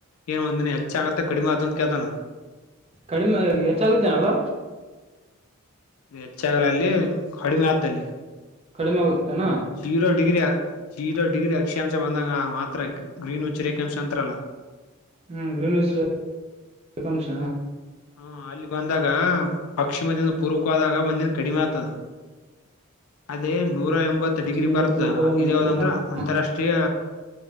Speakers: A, on the left; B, on the right.
A: ಏನ್ ಒಂದಿನ ಹೆಚ್ಚ ಆಗತ್ತ ಕಡಿಮೆ ಆತಂತ ಕೇಳ್ತಾನ
B: ಕಡಿಮೆ ಹೆಚ್ಚಾಗುತ್ತೇನಲ್ಲ
A: ಹೆಚ್ಚಾಗಲ್ಲ ಅಲ್ಲಿ ಕಡಿಮೆ ಆದ್ದದಲ್ಲಿ
B: ಕಡಿಮೆ ಆಗುತ್ತೇನಾ
A: ಜೀರೋ ಡಿಗ್ರಿ ಜೀರೋ ಡಿಗ್ರಿ ಅಕ್ಷಾಂಶ ಬಂದಂಗ ಮಾತ್ರ ಗ್ರೀನ್ ಉಚ್ಚ ರಕ್ಷಾಂಶ ಅಂತಲ್ಲ
B: ಹ್ಮ ಗ್ರೀನ್ ಹಸ್ಾಂಶ
A: ಹ್ಮ ಅಲ್ಲಿ ಬಂದಾಗ ಪಶ್ಚಿಮದಿಂದ ಪೂರ್ಕ ಆದಾಗ ಒಂದಿನ ಕಡಿಮೆ ಆಗ್ತದ ಅದೇ ನೂರ ಎಂಬತ್
B: ಪಶ್ಚಿಮದಿಂದ
A: ಡಿಗ್ರಿ ಬರ್ತ
B: ಪೂರ್ವದಿಂದ
A: ಇದ ಯಾವ್ದಂದ್ರ
B: ಕಡಿಮೆ ಹ್ಮ್
A: ಅಂತಾರಾಷ್ಟ್ರೀಯ